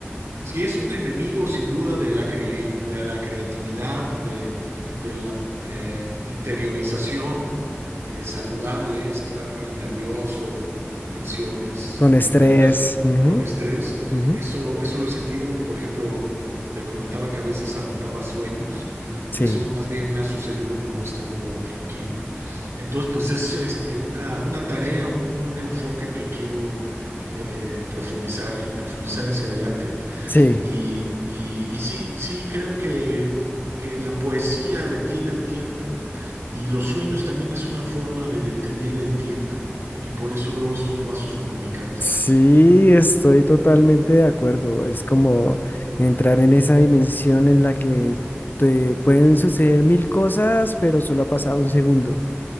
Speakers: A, on the right; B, on the left.
A: si es un enemigo sin duda de la, cre- de la creatividad, de, de la eh, interiorización eh, saludable, estar nervioso con presiones
B: con
A: cotidianas,
B: estrés. Ujú,
A: con estrés.
B: ujú,
A: Eso, eso lo he sentido, por ejemplo, te comentaba que a veces anotaba sueños y
B: Sí,
A: eso más bien me ha sucedido cuando he estado tranquilo. Entonces, pues es este, una, una tarea, un, un enfoque que quiero eh, profundizar, profundizar hacia adelante.
B: sí.
A: Y, y- y sí, sí, creo que, que la poesía detiene el tiempo y los sueños también es una forma de detener el tiempo y por eso veo estos vasos comunicantes.
B: Sí, estoy totalmente de acuerdo. Es como entrar en esa dimensión en la que te pueden suceder mil cosas, pero solo ha pasado un segundo.